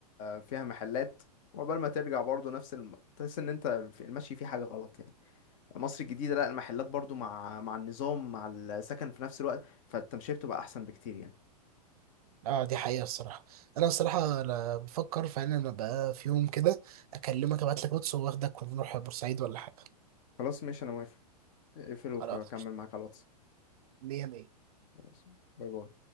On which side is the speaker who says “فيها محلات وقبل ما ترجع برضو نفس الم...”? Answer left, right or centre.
Left